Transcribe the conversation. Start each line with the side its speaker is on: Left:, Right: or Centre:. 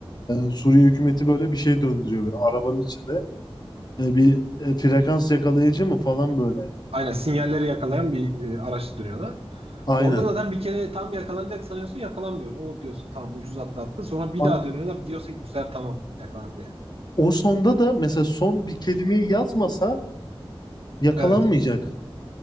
Left: e, Suriye hükümeti böyle bir şey döndürüyor. Böyle arabanın içinde E, bir e, frekans yakalayıcı mı falan böyle.
Right: Aynen sinyalleri yakalayan bir e, araçla dönüyorlar.
Left: Aynen.
Right: Orada zaten bir kere tam yakalanacak sanıyorsun yakalanmıyor. O diyorsun tamam ucuz atlattı. Sonra bir
Left: A-
Right: daha dönüyorlar diyorsun ki bu sefer tamam yakalandı yani.
Left: O sonda da mesela son bir kelimeyi yazmasa Yakalanmayacak.
Right: Evet.